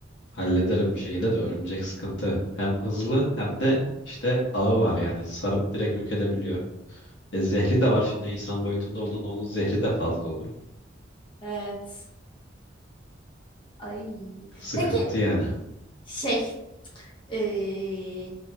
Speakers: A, on the left; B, on the left.
A: hallederim bir şekilde de örümcek sıkıntı. Hem hızlı hem de işte ağı var yani sarıp direkt yok edebiliyor. E zehri de var şimdi insan boyutunda olduğunda onun zehri de fazla olur.
B: Evet. Ay.
A: Sıkıntı
B: Peki
A: yani.
B: şey, eee,